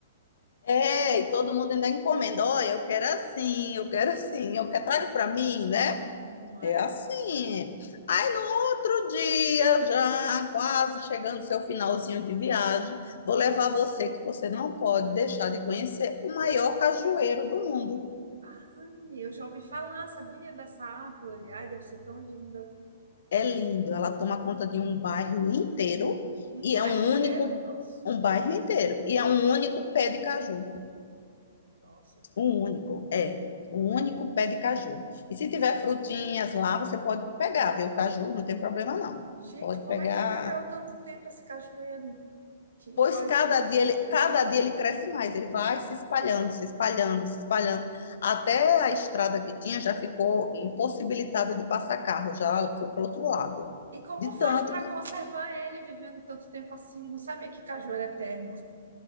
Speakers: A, on the left; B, on the right.
A: É, e todo mundo ainda encomenda. Olha, eu quero assim, eu quero assim, eu quero, traga para mim, né?
B: não é?
A: É assim. Aí no outro dia, já quase chegando seu finalzinho de viagem, vou levar você, que você não pode deixar de conhecer o maior cajueiro do mundo.
B: Ai, eu já ouvi falar, sabia dessa árvore? Ai, deve ser tão linda.
A: É lindo, ela toma conta de um bairro inteiro
B: Um
A: e
B: bairro
A: é um
B: inteiro?
A: único,
B: Nossa,
A: um bairro inteiro, e é um único pé de caju.
B: nossa,
A: Um único, é. Um único pé de caju. E
B: deve
A: se tiver
B: ser.
A: frutinhas lá, você pode pegar, viu? O caju não tem problema não.
B: Gente,
A: Pode
B: como
A: pegar
B: é que viveu tanto tempo esse cajueiro? Que
A: pois
B: coisa.
A: cada dia ele, cada dia ele cresce mais, ele vai se espalhando, se espalhando, se espalhando. Até a estrada que tinha já ficou impossibilitada de passar carro, já foi para o outro lado.
B: E como
A: De
B: faz
A: tanto
B: para
A: que,
B: conservar ele vivendo tanto tempo assim? Não sabia que caju era eterno.